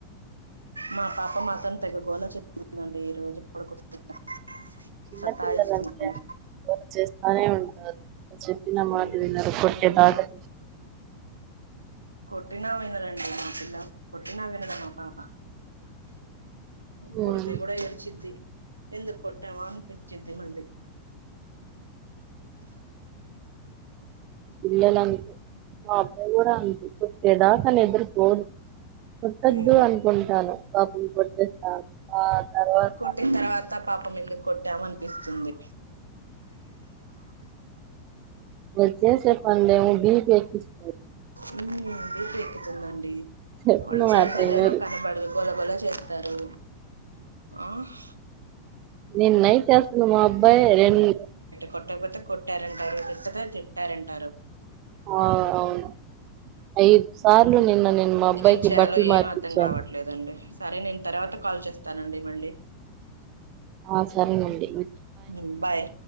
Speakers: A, on the right; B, on the right.
A: మా పాప మాత్రం తెగ గోళ చె వుందండి ఈ రోజు పడుకోపెట్టకపోతే
B: చిన్న
A: సతాయిస్తుందండి.
B: పిల్లలంటే గోల చేస్తానే ఉంటారు చెప్పిన మాట
A: ఉమ్
B: వినరు కొట్టేదాకా
A: కొట్టినా వినరండి మాటలా కొట్టిన వినదు మా పాప
B: మ్మ్
A: కొడితే కూడా ఏడ్చది ఎందుకొట్టవా అనిపించిద్ద మళ్లీ
B: పిల్లల అంతే మా అబ్బాయి కూడా అంతే కొట్టేదాక నిద్రపోరు కొట్టద్దు
A: ఉమ్,
B: అనుకుంటాను పాపం కొట్టేస్తాను ఆ తర్వాత
A: కొట్టిన తర్వాత పాపం ఎందుకొట్టం అని పిస్తుంది
B: వచ్చేసే మేము <unintelligible>
A: ఉమ్, బీ పీ ఎక్కుతుందండి.
B: చెప్పిన
A: వాళ్ళు చేసేదేమో
B: మాట వినరు
A: కనపడదు గోల గో గోల చేత్తారు. ఆహ్
B: నిన్ నైట్ అసలు మా అబ్బాయి రెండు
A: కొట్టపోతే కొట్టారంటారు, తిట్టుతే తిట్టారంటారు.
B: ఆ అవును, ఐదు సార్లు నిన్న నేను మా అబ్బాయికి
A: ఏం చేయాలో
B: బట్టలు మార్పిచ్చాను.
A: ఏం అర్థం కావట్లేదండి సరే నేన్ తర్వాత కాల్ చేస్తానండి మళ్ళీ.
B: ఆ సరేనండి.
A: ఉమ్ బాయ్.